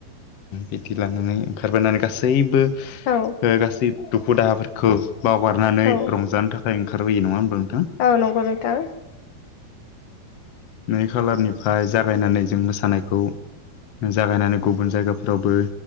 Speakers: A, on the left (about 80°); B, on the left (about 55°).
A: बिदि लानानै ओंखारबोनानै गासैबो
B: औ।
A: ओ गासै दुखु दाहाफोरखौ बावगारनानै
B: औ
A: रंजानो थाखाय ओंखारबोयो नङा होनब्ला नों
B: औ नंगौ नोंथां। <inaudible>
A: नै खालारनिफ्राय जागायनानै जों मोसानायखौ जागायनानै गुबुन जायगाफोरावबो